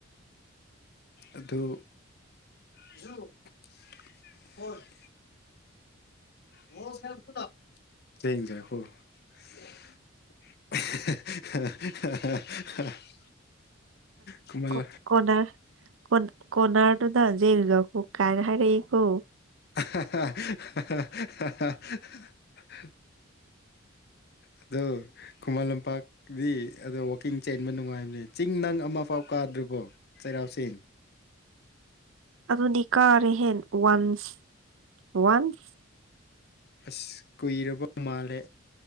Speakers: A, on the left (about 55°); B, on the right (about 75°).
A: ꯑꯗꯨ <unintelligible> <unintelligible> <inaudible> <inaudible> ꯀꯃꯜ
B: ꯀ ꯀꯣꯅ <unintelligible> ꯀꯣꯟ ꯀꯅꯔ ꯇꯗꯖꯦꯒ ꯀꯨ ꯀꯥꯏꯅ ꯍꯥꯏꯥꯏꯔꯀꯣ
A: <unintelligible> <unintelligible> <inaudible>
B: <inaudible>
A: ꯑꯗꯣ ꯈꯨꯃꯟ ꯂꯝꯄꯥꯛꯗꯤ ꯑꯗꯣ ꯋꯥꯛꯀꯤꯡ ꯆꯦꯟꯕ ꯅꯨꯡꯉꯥꯏꯕꯅꯦ ꯆꯤꯡ ꯅꯪ ꯑꯃ ꯐꯥꯎ ꯀꯥꯗ꯭ꯔꯤꯕꯣ ꯆꯩꯔꯥꯎ ꯆꯦꯡ
B: ꯑꯗꯨꯗꯤ ꯀꯥꯔꯦ ꯍꯦꯟ ꯋꯥꯟꯁ ꯋꯥꯟꯁ
A: ꯑꯁ ꯀꯨꯏꯔꯕ ꯃꯥꯜꯂꯦ